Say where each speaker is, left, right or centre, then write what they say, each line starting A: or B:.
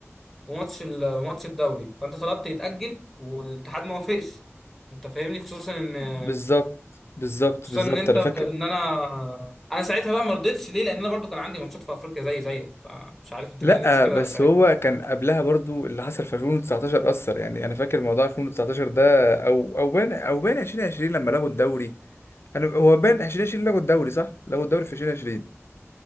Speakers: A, in the centre; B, on the left.
A: وماتش ال... وماتش الدوري فانت طلبت يتاجل والاتحاد ما وافقش انت فاهمني خصوصا ان
B: بالظبط بالظبط
A: خصوصا
B: بالظبط
A: ان انت
B: انا
A: ان
B: فاكر
A: انا انا ساعتها بقى ما رضيتش ليه لان انا برضو كان عندي ماتشات في افريقيا زي زيك فمش عارف انت
B: لا
A: كان ايه المشكله
B: بس
A: ساعتها
B: هو كان قبلها برضو اللي حصل في 2019 اثر يعني انا فاكر موضوع 2019 ده او او بان او بان 2020 لما لغوا الدوري انا هو بان 2020 لغوا الدوري صح لغوا الدوري في 2020